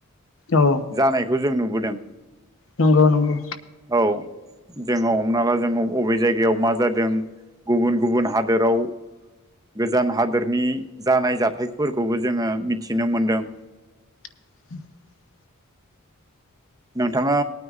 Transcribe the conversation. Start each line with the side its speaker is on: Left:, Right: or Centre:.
Left: औ
Right: जानायखौ जों नुबोदों
Left: नंगौ नंगौ
Right: औ जोङो हमना ला जोङो अबे जायगायाव मा जादों गुबुन‌ गुबुन हादोराव गोजान हादोरनि जानाय जाथायफोरखौबो जोङो मिथिनो मोनदों
Left: <inaudible>
Right: नोंथाङा